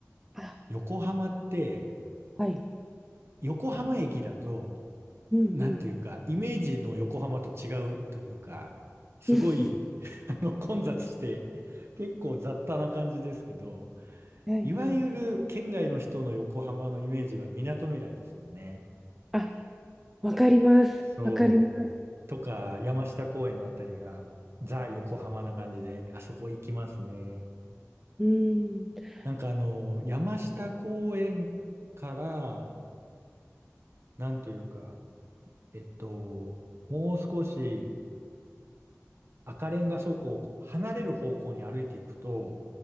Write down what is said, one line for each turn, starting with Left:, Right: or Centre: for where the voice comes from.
Centre: あ、
Right: 横浜って、
Centre: はい。
Right: 横浜駅だと
Centre: うんうん。
Right: なんていうか、イメージの横浜と違うというか、すごい、
Centre: <laughs>
Right: <laughs> あの、混雑して、結構雑多な感じですけど、
Centre: はいはい。
Right: いわゆる県外の人の横浜のイメージは港未来ですよね。
Centre: あ、わかります。
Right: そう。
Centre: わかります。
Right: とか、山下公園のあたりが、ザ・横浜な感じで、あそこ行きますね。
Centre: うーん。
Right: なんかあの、山下公園から、なんというか、えっと、もう少し赤レンガ倉庫を離れる方向に歩いていくと、